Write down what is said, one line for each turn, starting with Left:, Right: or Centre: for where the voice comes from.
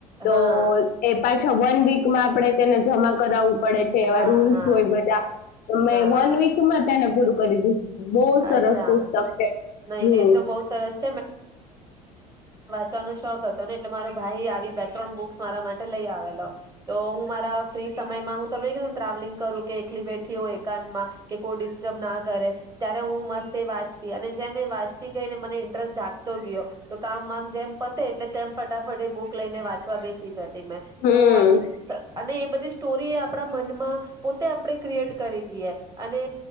Left: તો
Right: હા
Left: એ પાછ અહ વન વીક માં આપણે તેને જમા કરાવવું પડે છે,
Right: હા
Left: એવા રૂલ્સ
Right: હા હા
Left: જોય બધા, મે વન
Right: હા
Left: વીક માં તેને પૂરું કરી દીધું તું, બહું સરસ
Right: અચ્છા
Left: પુસ્તક છે.
Right: નઈ
Left: હમ્મ.
Right: નહી તો બહુ સરસ તને શોખ હતો ને એટલે મારો ભાઈ આવી બે ત્રણ બુક્સ મારા માટે લઈ આવેલો, તો હું મારા ફ્રી સમયમાં તમે કેઉ ટ્રાવેલિંગ કરું કે એકલી બેઠી હોય એકાંતમાં, કે કોઈ ડિસ્ટર્બ ના કરે ત્યારે હું મસ્ત એ વાંચતી, અને જેમ એ વાંચતી કેઈને મને ઇન્ટરસ્ટ જાગતો ગયો, તો કામ વામ જેમ પતે એટલે તેમ ફટાફટ એ બુક લઈને વાંચવા બેસી જત તી મે તો
Left: હમ
Right: આમ સ અને એ બધી સ્ટોરી એ આ આપણા મનમાં પોતે આપણે ક્રિએટ કરી દઈએ, અને